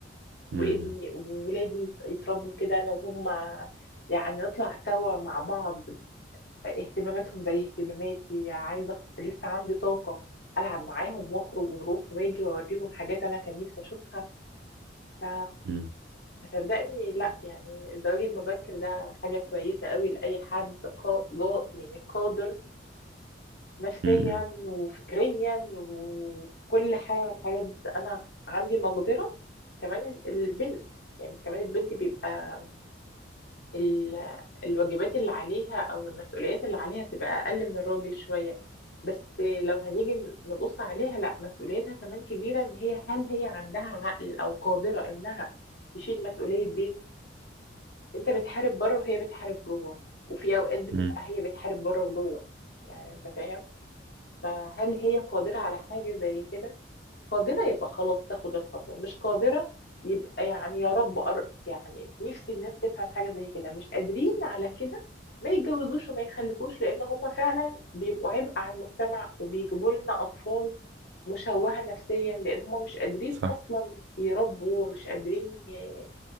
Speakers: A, on the right; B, on the left.
A: مم.
B: وابني وولادي يتربوا كده أنا وهم يعني نطلع سوا مع بعض اهتماماتهم زي اهتماماتي عايزه أخ- لسه عندي طاقه العب معاهم واخرج واروح واجي واوريهم حاجات انا كان نفسي اشوفها ف
A: مم.
B: صدقني لا يعني الزواج المبكر ده حاجه كويسه قوي لاي حد قا... جا... يعني قادر نفسيا
A: مم.
B: وفكريا وكل حاجه من الحاجات دي. انا عندي مقدره كمان البنت يعني كمان البنت بيبقى ال- الواجبات اللي عليها او المسؤوليات اللي عليها بتبقى اقل من الراجل شوية بس لو هنيجي نبص عليها لا مسؤوليتها كمان كبيرة ان هي هل هي عندها عقل او قادرة انها تشيل مسؤولية بيت انت بتحارب بره وهي بتحارب جوه وفي اوقات بتبقى
A: مم.
B: هي بتحارب بره وجوه يعني انت فاهم فهل هي قادرة على حاجة زي كده قادرة يبقى خلاص تاخد الخطوة مش قادرة يبقى يعني يا رب أر... يعني نفسي الناس تفهم حاجة زي كده مش قادرين على كده ما يتجوزوش وما يخلفوش لأن هم فعلا بيبقوا عبء على المجتمع وبيجيبوا لنا أطفال مشوهة نفسيا لأن هم مش قادرين
A: صح
B: أصلا يربوا مش قادرين ي...